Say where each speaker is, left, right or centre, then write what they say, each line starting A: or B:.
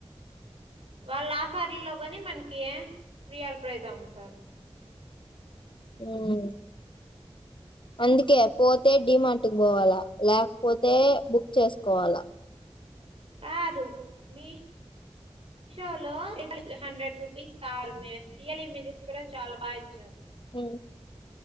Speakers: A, on the right; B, on the left.
A: వాళ్ళ ఆఫర్లో కోని మనకి రియల్ ప్రైజ్ అమ్ముతారు
B: హ్ అందుకే పోతే డిమార్ట్ పోవాలా లేకపోతే బుక్ చేసుకోవాలా
A: కాదు మీ మీషో లో హండ్రెడ్ రూపీస్ కార్ మే రియల్ ఇమేజెస్ కూడా చాలా బాగా ఇచ్చారు
B: ఉ